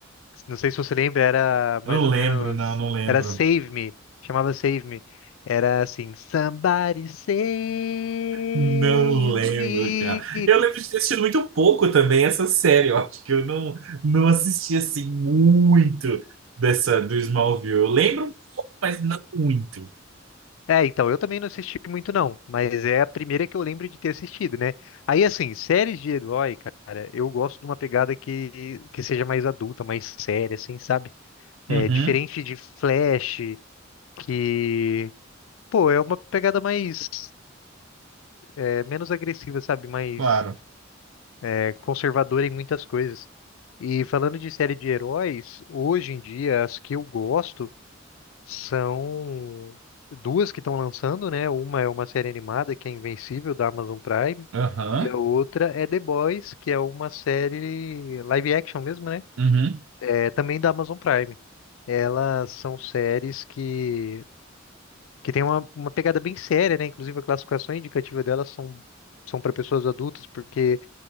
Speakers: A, on the left; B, on the right.
A: Não sei se você lembra, era mais
B: Não
A: ou
B: lembro,
A: menos,
B: não, não lembro.
A: era Save Me, chamava Save Me. Era assim, Somebody save
B: Não lembro,
A: me.
B: cara. Eu lembro de ter assistido muito pouco também essa série. Eu acho que eu não, não assisti assim muito dessa do Smallville. Eu lembro um pouco, mas não muito.
A: É, então, eu também não assisti muito não, mas é a primeira que eu lembro de ter assistido, né? Aí, assim, séries de herói, cara, eu gosto de uma pegada que, que seja mais adulta, mais séria, assim, sabe? É,
B: Uhum,
A: diferente de Flash, que, pô, é uma pegada mais, é, menos agressiva, sabe? Mais,
B: claro.
A: é, conservadora em muitas coisas. E falando de série de heróis, hoje em dia, as que eu gosto São duas que estão lançando, né? Uma é uma série animada que é Invencível da Amazon Prime
B: Aham,
A: e a outra é The Boys, que é uma série live action mesmo, né?
B: uhum,
A: É também da Amazon Prime. Elas são séries que que tem uma, uma pegada bem séria, né? Inclusive a classificação indicativa delas são são para pessoas adultas, porque